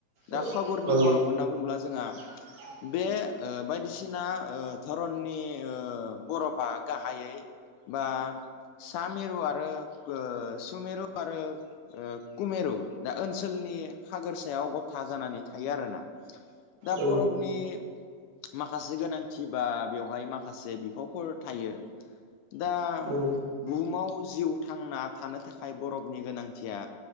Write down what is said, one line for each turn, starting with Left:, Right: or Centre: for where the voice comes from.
Right: औ
Left: दा सागरनि
Right: औ
Left: बरफ होनना बुंङोब्ला जोंहा
Right: <inaudible>
Left: बे ओ बायदिसिना ओ धरननि ओ बरफ'फ्रा गाहायै बा सा मेरु ओ आरो सुमेरु आरो ओ कुमेरु दा ओनसोलनि सागोर सायाव गथा जानानै थायो आरोना दा
Right: औ
Left: बरफनि माखासे गोनांथि बा बेवहाय माखासे बिफावफोर थायो। दा
Right: औ
Left: बुहुमाव जिउ थांना थानो थाखाय बरफनि गोनांथिया